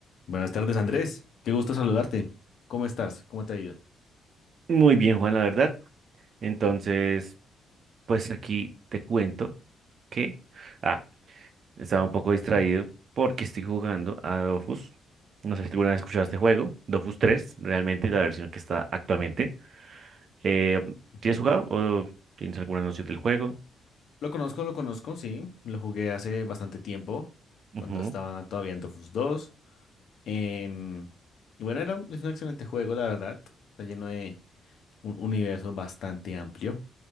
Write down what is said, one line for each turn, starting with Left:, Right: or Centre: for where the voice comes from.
Left: Buenas tardes, Andrés. Qué gusto saludarte. ¿Cómo estás? ¿Cómo te ha ido?
Right: Muy bien, Juan, la verdad. Entonces, pues aquí te cuento que, ah, estaba un poco distraído porque estoy jugando a Dofus. No sé si alguna vez escuchaste este juego, Dofus tres realmente la versión que está actualmente. Eh,
Left: Ujú.
Right: ¿tienes jugado o tienes alguna noción del juego?
Left: Lo conozco, lo conozco, sí. Lo jugué hace bastante tiempo, cuando
Right: Ujú,
Left: estaba todavía en Dofus dos. Em, y bueno, era, es un excelente juego, la verdad. Está lleno de un universo bastante amplio.